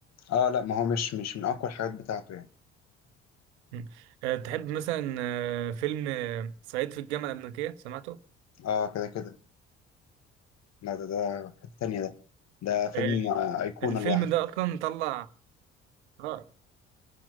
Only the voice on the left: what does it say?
اه لا ما هو مش مش من اقوى الحاجات بتاعته يعني
اه كده كده لا ده ده في حتة تانية ده ده فيلم
آه أيقونة
لوحده